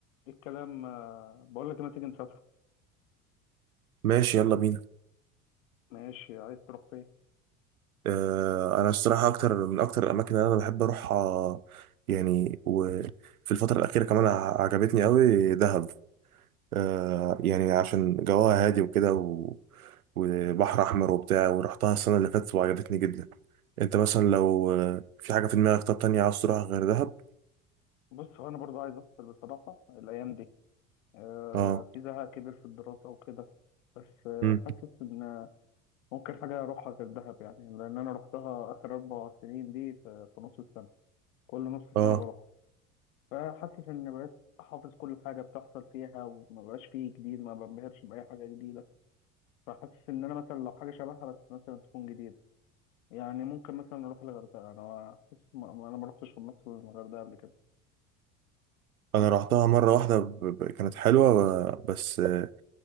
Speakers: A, on the left; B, on the right.
A: ايه الكلام آه، بقول لك ما تيجي نسافر
B: ماشي يلا بينا
A: ماشي عايز تروح فين
B: آه انا الصراحه اكتر من اكتر الاماكن اللي انا بحب اروحها يعني وفي الفتره الاخيره كمان ع- عجبتني قوي دهب آه يعني عشان جواها هادي وكده و... وبحر احمر وبتاع ورحتها السنه اللي فاتت وعجبتني جدا انت مثلا لو آه، في حاجه في دماغك طب تانية عاوز تروحها غير دهب
A: بص هو انا برضو عايز افصل بصراحه الايام دي آه
B: اه
A: في زهق كبير في الدراسه وكده بس آه
B: امم
A: حاسس ان آه، ممكن حاجه اروحها غير دهب يعني لان انا روحتها اخر اربع سنين دي في, في نص السنه كل نص
B: اه
A: سنه بروح فحاسس ان بقيت حافظ كل حاجه بتحصل فيها وما بقاش فيه جديد ما بنبهرش باي حاجه جديده فحاسس ان انا مثلا لو حاجه شبهها بس مثلا تكون جديده يعني ممكن مثلا نروح الغردقة أنا حاسس ما- ما- أنا ما رحتش مصر الغردقة قبل كده
B: انا رحتها مره واحده ب... ب... كانت حلوه آه، بس آه،